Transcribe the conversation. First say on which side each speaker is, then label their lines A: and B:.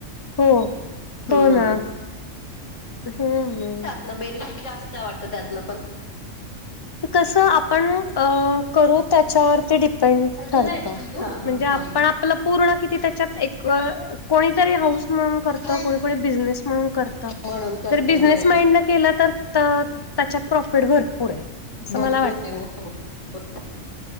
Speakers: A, on the left; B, on the left.
A: हो
B: हम्म
A: होना. हम्म.
B: न बेनिफिट जास्त आहे वाटतं त्यातनपण.
A: कसं आपण अ करू त्याच्यावरती डी पेंड
B: अजून
A: ठरत.
B: आहेत का
A: म्हणजे आपण आपलं पूर्ण किती त्याच्यात एक कोणीतरी हाऊस म्हणून करतं,
B: तू?
A: कोणी कोणी बिझनेस म्हणून करतं.
B: म्हणून करत
A: तर बिझनेस
B: होय
A: माइंडन केलं तर तर त्याच्यात प्रॉफिट भरपूर आहे, असं
B: भरपूर
A: मला वाटतय.
B: आहे <inaudible>